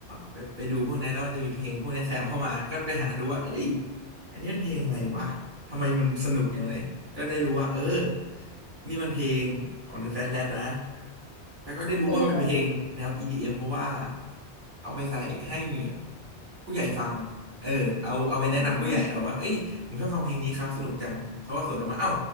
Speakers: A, on the right (about 45°); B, on the left (about 60°).
A: ไปไปดูพวกนี้นแล้วมันจะมีเพลงพวกนี้แซมเข้ามาก็ไปหาดูว่าเอ้ยอันนี้มันเพลงอะไรวะทำไมมันสนุกจังเลยก็ได้รู้ว่าเออนี่มันเพลงของ The Fat Lad นะแล้วก็ได้รู้ว่ามันเป็นเพลงแนว
B: ก็เลยแบบว่า
A: EDM เอ็มเพราะว่าเอาไปใส่ให้ผู้ใหญ่ฟังเออเอาเอาไปแนะนำผู้ใหญ่แบบว่าเอ้ยผมชอบฟังเพลงนี้ครับสนุกจังเขาก็สวนกลับมาเอ้า
B: อืม